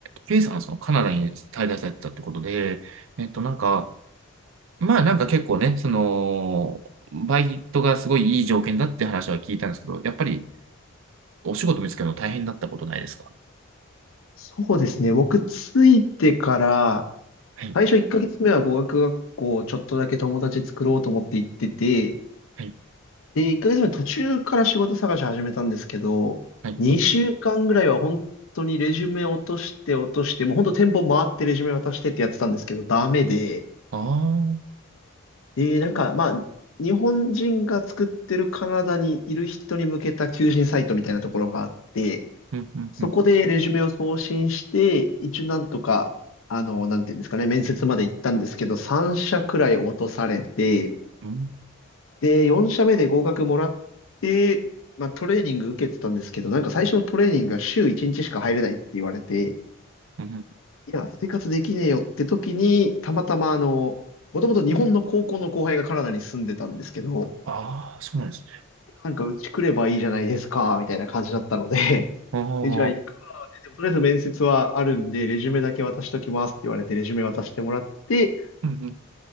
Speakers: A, on the right; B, on the left.
A: K さんはそのカナダに滞在されてたってことで、えっと、なんか、まあなんか結構ね、その、バイトがすごいいい条件だって話は聞いたんですけど、やっぱりお仕事見つけるの大変だったことないですか
B: そうですね。僕、ついてから、
A: はい、
B: 最初1ヶ月目は語学学校、ちょっとだけ友達作ろうと思って行ってて、
A: はい、
B: で、1ヶ月目途中から仕事探し始めたんですけど、
A: はい。
B: 2週間ぐらいは本当にレジュメ落として落として、もう本当店舗回ってレジュメ渡してってやってたんですけど、ダメで、
A: ああ、うん、
B: で、なんか、まあ、日本人が作ってるカナダにいる人に向けた求人サイトみたいなところがあって、
A: うん、
B: そこでレジュメを送信して、
A: うん、
B: 一応なんとか、あの、なんていうんですかね、面接まで行ったんですけど、3社くらい落とされて、
A: うん、
B: で、4社目で合格もらって、まあトレーニング受けてたんですけど、なんか最初のトレーニングが週1日しか入れないって言われて、
A: うん。
B: いや、生活できねえよって時に、たまたまあの、もともと日本の高校の後輩がカナダに住んでたんですけど、
A: ああ、そうなんですね。
B: なんかうち来ればいいじゃないですか、みたいな感じだったので、<laughs>
A: あ
B: え、じゃあでもとりあえず面接はあるんで、
A: あ、
B: レジュメだけ渡しときますって言われて、レジュメ渡してもらって、
A: うん、うん。